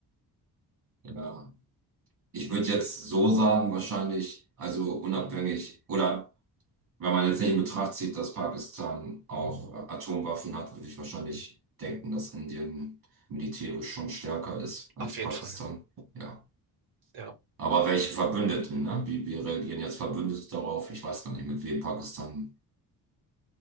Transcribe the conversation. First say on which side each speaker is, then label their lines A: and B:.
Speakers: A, on the right; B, on the right.
A: ja. Ich würde jetzt so sagen, wahrscheinlich, also unabhängig oder Wenn man jetzt nicht in Betracht zieht, dass Pakistan auch äh, Atomwaffen hat, würde ich wahrscheinlich denken, dass Indien militärisch schon stärker ist als
B: Auf jeden
A: Pakistan.
B: Fall.
A: Ja.
B: Ja.
A: Aber welche Verbündeten, ne? Wie, wie reagieren jetzt Verbündete darauf? Ich weiß gar nicht, mit wem Pakistan.